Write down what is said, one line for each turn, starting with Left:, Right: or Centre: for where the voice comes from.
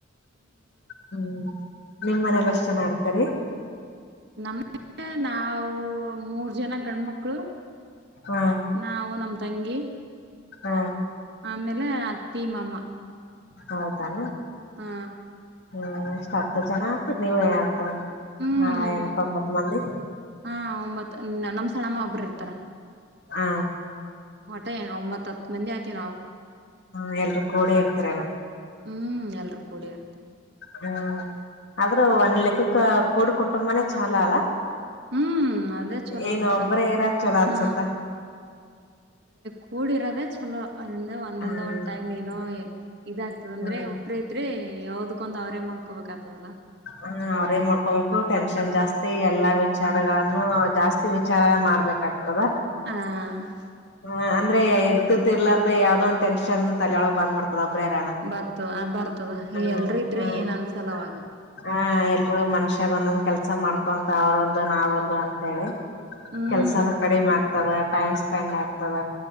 Left: ಹ್ಮ್ ನಿಮ ಮನಲ್ಲಷ್ಟ
Right: ಹ್ಮ
Left: ಚೆನ ಆರ್ತಾರೆ
Right: ನಮ್ಮ ನಾವು ಮೂರ್ ಜನ ಗಂಡ್ಮಕ್ಕಳು
Left: ಹಾ
Right: ನಾವು ನಮ ತಂಗಿ
Left: ಹ್ಮ
Right: ಆಮೇಲೆ ಅತ್ತಿ ಮಾಮ
Left: ಹೌದಾನ
Right: ಹಾ
Left: ಹ್ಮ್ ಎಷ್ಟ್ ಹತ್ತು ಜನ ಆಗ್ತತಿ ನೀವತ್
Right: ಹ್ಮ್
Left: ಹ ಎಂತ್ೊಂಬತ್ ಮಂದಿ
Right: ಹಾ ಒಂಬತ್ ನಮ್ ಸಣ್ಣಮ್ಮ ಒಬ್ರ ಇರ್ತಾರ
Left: ಹ
Right: ಹೊಟಏನು ಒಂಬತ್ತು ಹತ್ತು ಮಂದಿ ಆತ ನಾವು
Left: ಹ್ಮ ಎಲ್ರೂ ಕೂಡೆ ಇರ್ತರನ
Right: ಹ್ಮ್ ಎಲ್ರೂ ಕೂಡಿ ಇರ್ತ
Left: ಹ್ಮ ಆದ್ರೂ ಒಂದ್ ಲೆಕ್ಕಕ್ಕ ಕೂಡ್ ಕುಟುಂಬನೇ ಚಾಲ ಅಲ್ಲ
Right: ಹ್ಮ್ ಅೇ ಚಲ
Left: ಏನ್
Right: ಮತ್ತೆ
Left: ಒಬ್ಬ್ರೇ ಇರಕ್ ಚಲೋ ಅನ್ಸುತ್ತ
Right: ಹ ಕಡಿರದೇ ಚಲ ಅಂದ ಒಂದಲ್ಲದ
Left: ಹ್ಮ್
Right: ಒಂದ ಟೈಮ ಏನುೋ ಇದಾಗ್ತದ ಅಂದ್ರೆ
Left: ಹ್ಮ್
Right: ಒಬ್ರ ೈತ್ರಿ ಯಾವದಕ್ಕೊಂದ್ ಅವ್ರೇ ಮಾಡ್ಕೊಬೇಕಕ್ ಆತದಲ್ಲಾ
Left: ಹ ಅವ್ರೇನ್ ಮಾಡ್ಕೋಬೇಕು ಟೆನ್ಷನ್ ಜಾಸ್ತಿ ಎಲ್ಲಾ ವಿಚಾರಗಳನ್ನು
Right: ಹ್ಮ್
Left: ಜಾಸ್ತಿ ವಿಚಾರ ಮಾಡ್ಬೇಕಾಗ್ತದ
Right: ಹ
Left: ಹ ಅಂದ್ರೆ ಇದ್ದ್ದ ಇರ್ಾರ್ದು ಯಾವ್ದ ಒಂದ ಟೆನ್ ತಲಿಯೊಳ ಬಂದ್ಬಡ್ತಾರೆ ರ
Right: ಬರ್ತದ ಅ ಬರ್ತದ
Left: ಹ
Right: ಎಲ್ರೂ ಇದ್ರೆ
Left: ಹ
Right: ಏನ್ ಅನ್ಸಲ್ಲ ಅವಾಗ
Left: ಹ ಮನ್ಷ್ಯಾಗ ಒಂದೊಂದ್ ಕೆಲ್ಸ ಮಾಡ್ಕೊಂತ ಅವ್ರ ಒಂದು ನಾವ ಒಂದು ಅಂತ ಹೇಳಿ
Right: ಹ್ಮ್
Left: ಕೆಲ್ಸನ ಕಡಿಮೆ ಆಗ್ತದ ಟೈಮ್ ಸ್ಪೆಂಡ್ ಆಗ್ತದ